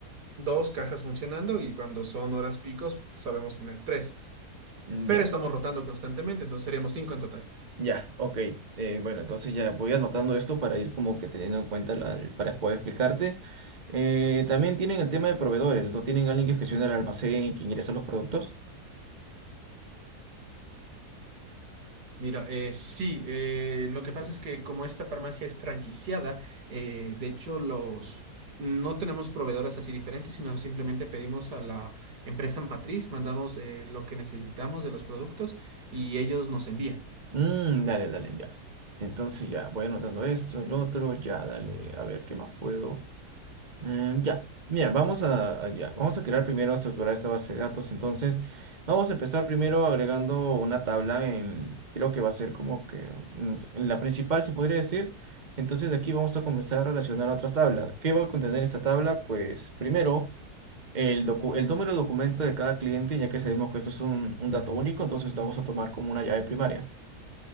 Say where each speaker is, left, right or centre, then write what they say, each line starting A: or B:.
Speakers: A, on the right; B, on the right.
A: dos cajas funcionando y cuando son horas picos sabemos tener tres,
B: Mm,
A: pero
B: Ya,
A: estamos rotando constantemente, entonces seríamos cinco en total.
B: ya, ok. Eh, bueno, entonces ya voy anotando esto para ir como que teniendo en cuenta la- el- para poder explicarte. Eh, también tienen el tema de proveedores, ¿no? Tienen alguien que gestiona el almacén, que ingresa los productos.
A: Mira, eh, sí, eh, lo que pasa es que como esta farmacia es franquiciada, eh, de hecho los no tenemos proveedoras así diferentes, sino simplemente pedimos a la empresa matriz, mandamos eh, lo que necesitamos de los productos y ellos nos envían.
B: Mm, dale, dale, ya. Entonces ya, voy anotando esto, el otro, ya, dale, a ver qué más puedo. Eh, ya, mira, vamos a, a- ya, vamos a crear primero, a estructurar esta base de datos. Entonces, vamos a empezar primero agregando una tabla en, creo que va a ser como que mm, la principal, se podría decir. Entonces, de aquí vamos a comenzar a relacionar otras tablas. ¿Qué va a contener esta tabla? Pues primero, el, docu- el número de documento de cada cliente, ya que sabemos que esto es un, un dato único, entonces lo vamos a tomar como una llave primaria.